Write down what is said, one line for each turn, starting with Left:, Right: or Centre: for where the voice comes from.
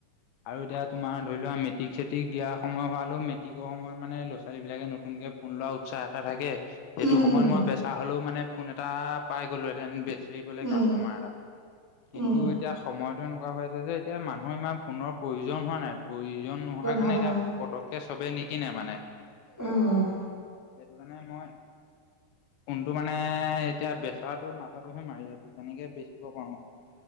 Left: আৰু এতিয়া তোমাৰ ধৰি লোৱা মেট্ৰিক-চেট্ৰিক দিয়া সময় হোৱালো মেট্ৰিকৰ সময়ত মানে ল'ৰা-ছোৱালীবিলাকে নতুন কে ফোন লোৱা উৎসাহ এটা থাকে সেইটো
Centre: উম,
Left: সময়ত মই বেচা হলেও মানে ফোন এটা পাই গ'লোহেঁতেন বেচি পলে
Centre: উম,
Left: কাষ্টমাৰ এটা কিন্তু
Centre: উম।
Left: এতিয়া সময়ত এনেকুৱা হৈ আছে যে এতিয়া মানুহৰ ইমান ফোনৰ প্ৰয়োজন হোৱা নাই প্ৰয়োজন নোহোৱা কাৰণে
Centre: হোৱা নাই
Left: এতিয়া পত চবে নিকনে মানে-
Centre: আহ অঁ
Left: সেইটো কাৰণে মই কোনটো মানে এতিয়া ব্যস্ত মথাাতটো মাথাটোহে মাৰি আছো কেনেকে বেচিব পাৰো